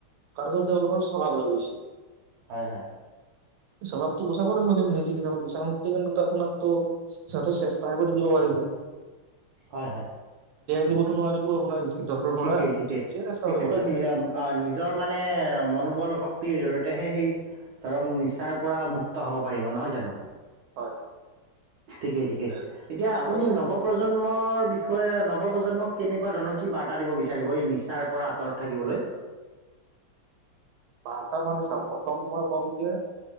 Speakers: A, on the right; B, on the right.
A: কাৰোতে অলপ অ স্বভাৱ হৈ গৈছে।
B: হয় হয়।
A: স্বভাৱতো গুচাব লাগিব কি নিজ নিচা মুক্তি কেন্দ্ৰতো আপোনাক ত হিতে চেষ্টাহে কৰি দিব পাৰিব <inaudible>
B: হয় হয়
A: দিবতো নোৱাৰিব আপোনাৰ ভিতৰৰ পৰা
B: ঠিকেই
A: কিন্তু
B: ঠিকেই
A: নিজে চেষ্টা
B: তেখেতৰ
A: কৰিব লাগিব
B: নি নিজৰ মানে মনোবল সক ক্তিৰ জৰিয়তেহে সেই ধৰক নিচাৰ পৰা মুক্ত হব পাৰিব নহয় জানো
A: হয়
B: ঠিকেই ঠিকেই
A: তে
B: এতিয়া
A: তেওঁলোকে
B: আপুনি নৱ প্ৰজন্মৰ বিষ বিষয়ে নৱপ্ৰজন্মক কেনেকুৱা ধৰণৰ কি বাৰ্তা দিব বিচাৰিব এই নিচাৰ পৰা আঁতৰত থাকিবলৈ
A: বাৰ্তামানে চাওক প্ৰথম মই কম যে